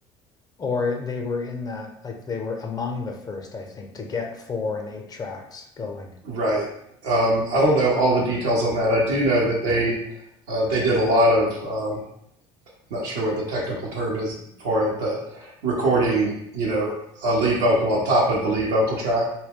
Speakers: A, on the left (about 25°); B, on the right (about 75°).
A: Or they were in that, like they were among the first, I think, to get four and eight tracks going.
B: Right. Um, I don't know all the details on that. I do know that they uh, they did a lot of um, I'm not sure what the technical term is for it, but recording you know a lead vocal on top of the lead vocal track,